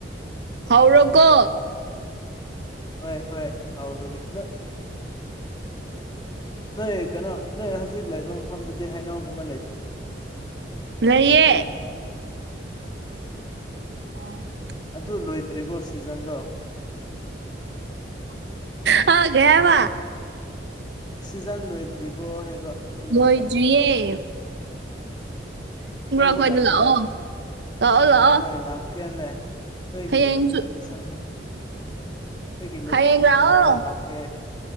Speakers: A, on the right; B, on the left.
A: ꯍꯧꯔꯣꯀꯣ
B: ꯍꯣꯏ ꯍꯣꯏ ꯍꯧꯔꯒꯦ ꯅꯣꯏ ꯅꯣꯏ ꯀꯩꯅꯣ ꯅꯣꯏ ꯍꯧꯖꯤꯛ ꯂꯩꯕ ꯃꯐꯝꯗꯨꯗꯤ ꯍꯩꯅꯧ ꯒꯨꯝꯕ ꯂꯩꯇꯕ꯭ꯔꯣ
A: ꯂꯩꯌꯦ <inaudible>
B: ꯑꯗꯨ ꯂꯣꯏꯗ꯭ꯔꯤꯕꯣ ꯁꯤꯖꯟꯗꯣ
A: ꯍꯥ ꯀꯩ ꯍꯥꯏꯕ
B: ꯁꯤꯖꯟ ꯂꯣꯏꯗ꯭ꯔꯤꯕꯣ ꯍꯥꯏꯕ ꯅꯣꯏ ꯂꯣꯝꯗ
A: ꯂꫭꯏꯗ꯭ꯔꯤꯌꯦ
B: ꯂꯧꯕ
A: ꯑꯩꯈꯣꯏꯗ
B: ꯂꯥꯛꯀꯦꯅꯦ
A: ꯂꯥꯛꯑꯣ ꯂꯥꯛꯑꯣ ꯂꯥꯛꯑꯣ
B: ꯍꯣꯏ ꯂꯥꯛ ꯀꯦꯅꯦ ꯅꯣꯏꯒꯤ
A: ꯍꯌꯦꯡꯁꯨ
B: ꯂꫭꯀꯦꯁꯟ ꯍꯥꯏꯌꫭ ꯅꯣꯏꯒꯤ ꯂꯣꯀꯦꯁꯟ
A: ꯍꯌꯦꯡ ꯂꯥꯛꯑꯣ
B: ꯍꯥꯏꯔꯛꯑꯣ ꯂꯥꯛꯀꯦ